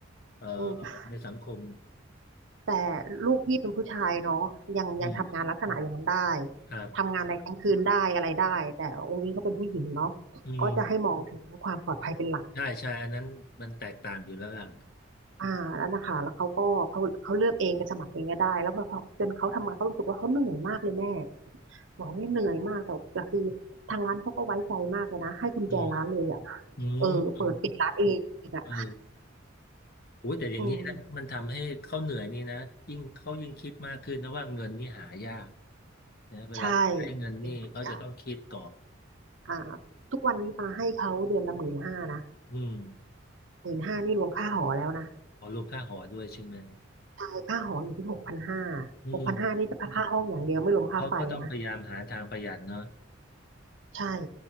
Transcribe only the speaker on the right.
อืม
แต่ลูกพี่เป็นผู้ชายเนาะยังยังทำงานลักษณะอย่างนั้นได้
ทำงานในกลางคืนได้อะไรได้แต่องค์อิงเขาเป็นผู้หญิงเนาะ
ก็จะให้มองถึงความปลอดภัยเป็นหลัก
อ่าแล้วนะคะแล้วเขาก็เขาเขาเลือกเองไปสมัครเองก็ได้แล้วพอเขาจนเขาทำงานเขารู้สึกว่าเขาเหนื่อยมากเลยแม่บอกเนี่ยเหนื่อยมากแต่แต่คือทางร้านเขาก็ไว้ใจมากเลยนะให้กุญแจร้านเลยอ่ะ
เออเปิดปิดร้านเองอ่ะ
อืม
ใช่เป็นหักยากอ่าทุกวันนี้ปาให้เขาเดือนละหมื่นห้านะ
หมื่นห้านี่รวมค่าหอแล้วนะ
ใช่ค่าหออยู่ที่หกพันห้า
หกพันห้านี่จะอค่าห้องอย่างเดียวไม่รวมค่าไฟนะ
ใช่